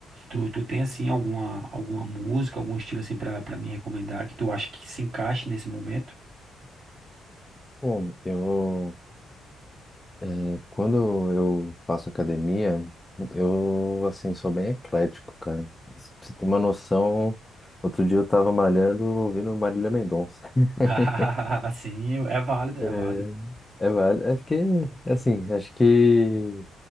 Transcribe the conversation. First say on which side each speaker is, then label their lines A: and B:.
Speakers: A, on the right; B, on the left.
A: Tu, tu tem assim alguma, alguma música, algum estilo assim pra, pra me recomendar que tu acha que se encaixe nesse momento?
B: Bom, eu, é, quando eu faço academia, eu, assim, sou bem eclético, cara. Pra você ter uma noção, outro dia eu tava malhando ouvindo Marília Mendonça. <laughs>
A: <laughs> Sim, é válido, é
B: É,
A: válido.
B: é válido. É porque, assim, acho que